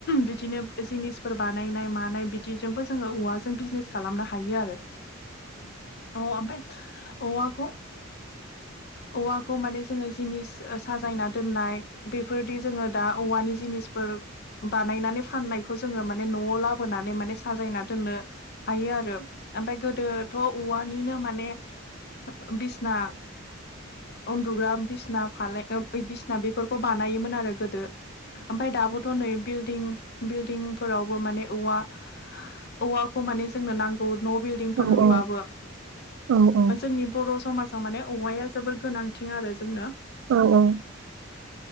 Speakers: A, on the left; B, on the right.
A: बिदिनो जिनिसफोर बानायनाय मानाय बिदिजोंबो जोङो औवा बिजनेस खालामनो हायो आरो अ ओमफ्राय औवाखौ औवाखौ माने जोङो जिनिस साजायना दोननाय बेफोरदि जोङो दा औवानि जिनिसफोर बानायनानै फाननायखौ जोङो न'वाव लाबोनानै माने साजायना दोननो हायो आरो ओमफ्राय गोदोथ' औवानिनो माने बिसना उन्दुग्रा बिसना बिसि बानायोन आरो गोदो ओमफाय दाबो थ'नै बिल्डिं बिल्डिंफोरावबो माने औवा औवाखौ माने जोंनो नांगौ न' बिल डिंफोर
B: औ
A: लुबाबो
B: औ औ
A: जोंनि बर' समाज माने औवाया जोबोर गोनांथिं आरो जोंनो
B: औ औ